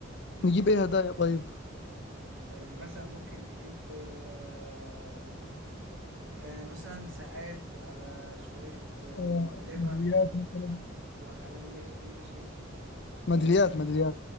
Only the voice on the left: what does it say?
نجيب ايه هدايا طيب
آه،
ميداليات مثلا
ميداليات
ميداليات